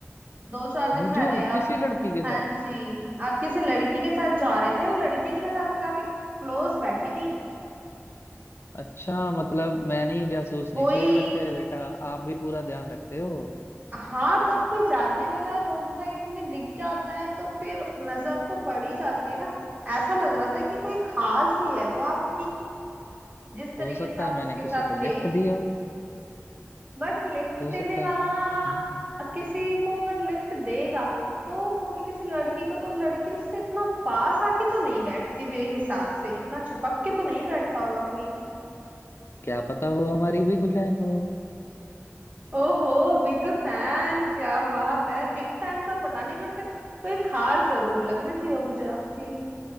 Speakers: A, on the right; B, on the left.
A: दो चार दिन
B: मुझे
A: पहले आप
B: किसी लड़की के
A: हाँ
B: साथ
A: जी आप किसी लड़की के साथ जा रहे थे वो लड़की तो वैसे आपकी काफी क्लोज बैठी थी
B: अच्छा मतलब मैंने ही जासूस
A: कोई
B: नहीं छोड़ रखे हैं बेटा आप भी पूरा ध्यान रखते हो
A: हाँ तो अब कोई जानने वाला रोड साइड में दिख जाता है तो फिर नजर तो पड़ ही जाती है ना ऐसा लग रहा था कि कोई खास ही है वो आपकी जिस तरीके
B: हो सकता
A: से आप
B: है मैंने
A: उसके
B: किसी
A: साथ
B: को लिफ्ट
A: थे
B: दिया हो
A: बट लिफ्ट
B: हो
A: देने
B: सकता
A: वाला
B: है हम्म हम्म।
A: किसी को अगर लिफ्ट देगा तो वो भी किसी लड़की को तो लड़की उससे इतना पास आके तो नहीं बैठती मेरे हिसाब से इतना चिपक के तो नहीं बैठता होगा कोई
B: क्या पता वो हमारी भी गुफैन हो
A: ओहो बिग फैन क्या बात है बिग फैन तो पता नहीं बट कोई खास जरूर लग रही थी वो मुझे आपकी